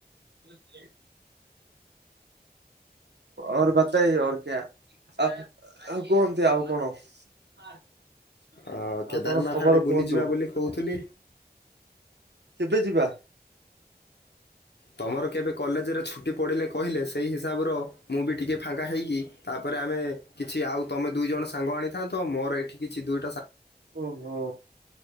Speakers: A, on the right; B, on the left.
A: ଓ <unintelligible> ଓର ବତାଇୟେ ଓର କ୍ୟା। ଆଉ କୁହନ୍ତି ଆଉ କଣ ଆଉ
B: ଅ କେଦାରନାଥ
A: କଣ ଖବର
B: ଆଡେ ବୁଲିଯିବା
A: କୁହନ୍ତୁ।
B: ବୋଲି କହୁଥିଲି
A: କେବେ ଯିବା।
B: ତମର କେବେ କଲେଜରେ ଛୁଟି ପଡ଼ିଲେ କହିଲେ ସେଇ ହିସାବର ମୁଁ ବି ଟିକିଏ ଫାଙ୍କା ହୋଇଇକି ତାପରେ ଆମେ କିଛି ଆଉ ତମେ ଦୁଇ ଜଣ ସାଙ୍ଗ ଆଣିଥାନ୍ତ ମୋର ଏଠି କିଛି ଦୁଇଟା ସା
A: ଓ ହୋଁ